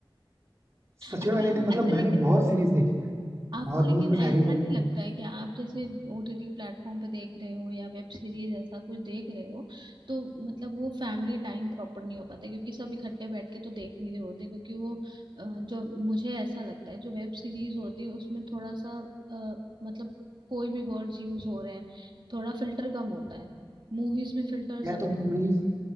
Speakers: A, on the right; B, on the right.
A: सच
B: अच्छा
A: में मैंने मतलब
B: अच्छा
A: मैंने
B: लेकिन
A: बहुत सीरीज देखी है
B: आपको
A: बहुत
B: लेकिन
A: मूवीज बस
B: ऐसा
A: हैरी पॉटर
B: नहीं
A: नहीं
B: लगता
A: देखी।
B: है कि आप जैसे ओटीटी प्लेटफॉर्म पे देख रहे हो या वेब सीरीज ऐसा कुछ देख रहे हो तो मतलब वो फैमिली टाइम प्रॉपर नहीं हो पाता क्योंकि सब इकट्ठे बैठ के तो देख नहीं रहे होते क्योंकि वो अ, जो मुझे ऐसा लगता है जो वेब सीरीज होती है उसमें थोड़ा सा अ, मतलब कोई भी वर्ड्स यूज हो रहे हैं थोड़ा फिल्टर कम होता है मूवीज में फिल्टर ज्यादा
A: या तो मूवीज